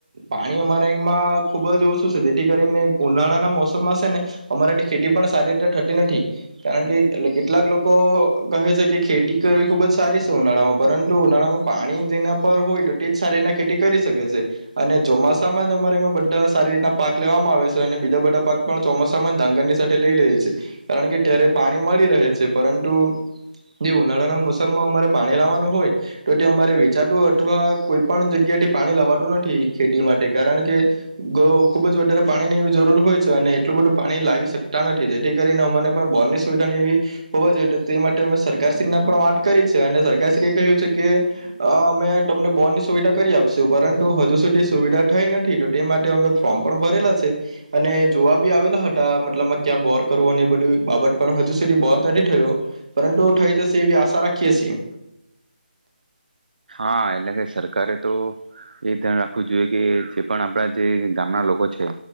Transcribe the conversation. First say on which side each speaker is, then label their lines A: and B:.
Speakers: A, on the right; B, on the right.
A: પાણી અમારામાં ખૂબજ ઓછું છે, જેથી કરીને ઉનાળાના મોસમમાં છે ને અમારાથી ખેતી પણ સારી રીતે થતી નથી, કારણકે કેટલાક લોકો કહે છે કે ખેતી કરવી ખૂબ જ સારી છે ઉનાળામાં, પરંતુ ઉનાળામાં પાણી જેના પર હોય, તો તેજ સારી રીના ખેતી કરી શકે છે અને ચોમાસામાં જ અમારેમાં બા સારી રીતના પાક લેવામાં આવે છે અને બીજા બધા પાક પણ ચોમાસામાં ડાંગર ની સાથે લઈ લઈએ છે કારણ કે ત્યારે પાણી મળી રહે છે, પરંતુ જે ઉનાળાના મોસમમાં અમારે પાણી લાવવાનું હોય, તો તે અમારે વેચાતું અથવા કોઈ પણ જગ્યાથી પાણી લવાતું નથી ખેતી માટે, કારણકે તો ખૂબજ વધારે પાણીની એવી જરૂર હોય છે અને એટલું બધું પાણી લાવી શકતા નથી, જેથી કરીને અમાને પણ બોનની સુવિધાની એવી હોવા જોઈએ તો તે માટે અમે સરકારશ્રીને પણ વાત કરી છે અને સરકારશ્રી એ કહ્યું છે કે અમે તમને બોનની સુવિધા કરી આપશું, પરંતુ હજુ સુધી સુવિધા થઈ નથી તે માટે અમે ફોર્મ પણ ભરેલા છે અને જોવા બી આવેલા હતા મતલબ માં ક્યાં બોર કરવો ને એ બઢુ બાબત પણ હજુ સુધી બોર નથી થયો, પરંતુ ઠઈ જશે એવી આશા રાખીએ સીએ
B: હા એટલે કે સરકારે તો એ ધ્યાન રાખવું જોઈએ કે એ છે પણ આપણા જે ગામના લોકો છે